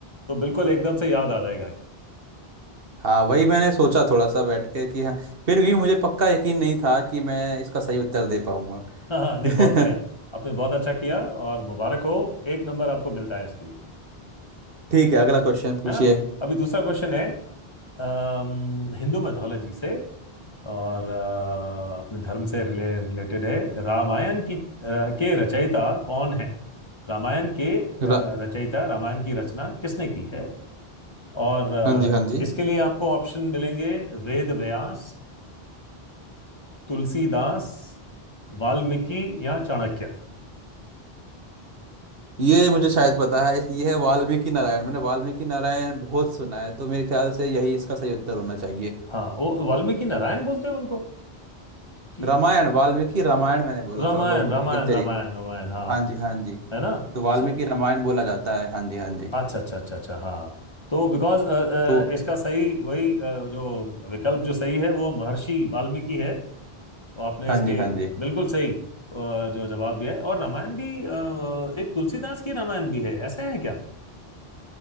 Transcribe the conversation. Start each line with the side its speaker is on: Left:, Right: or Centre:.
Left: तो बिल्कुल एकदम से याद आ जाएगा ये। <laughs>
Right: हाँ वही मैंने सोचा थोड़ा सा बैठ के कि हाँ फिर भी मुझे पक्का यकीन नहीं था कि मैं इसका सही उत्तर दे पाऊंगा
Left: हाँ हाँ, नहीं
Right: <laughs>
Left: बहुत बढ़िया आपने बहुत अच्छा किया और मुबारक हो एक नंबर आपको मिलता है इसके लिए
Right: ठीक है अगला क्वेश्चन पूछिए
Left: है ना अभी दूसरा क्वेश्चन है अम, हिंदू मैथोलॉजी से और अ, अपने धर्म से रिले रिलेटेड है रामायण की र, के रचयिता कौन है रामायण के अ,
Right: रा-
Left: रचयिता रामायण की रचना किसने की है और अ,
Right: हाँ जी हाँ जी
Left: इसके लिए आपको ऑप्शन मिलेंगे वेद व्यास तुलसीदास वाल्मीकि या चाणक्य
Right: ये मुझे शायद पता है इस ये है वाल्मीकि नारायण मैंने वाल्मीकि नारायण बहुत सुना है तो मेरे ख्याल से यही इसका सही उत्तर होना चाहिए
Left: हाँ वो वाल्मीकि नारायण बोलते हैं उनको कि
Right: रामायण वाल्मीकि रामायण मैंने बोला
Left: रामायण
Right: था मतलब
Left: रामायण
Right: एक तरीके
Left: रामायण रामायण हाँ
Right: हाँ जी हाँ जी
Left: है ना
Right: तो वाल्मीकि
Left: सो
Right: रामायण बोला जाता है हाँ जी हाँ जी
Left: अच्छा अच्छा अच्छा अच्छा हाँ तो बिकॉज
Right: तो
Left: इसका सही वही अ, जो विकल्प जो सही है वो महर्षि वाल्मीकि है वो आपने
Right: हाँ
Left: इसके
Right: जी हाँ जी
Left: बिल्कुल सही अ, जो जवाब दिया है और रामायण भी अ, एक तुलसीदास की रामायण भी है ऐसा है क्या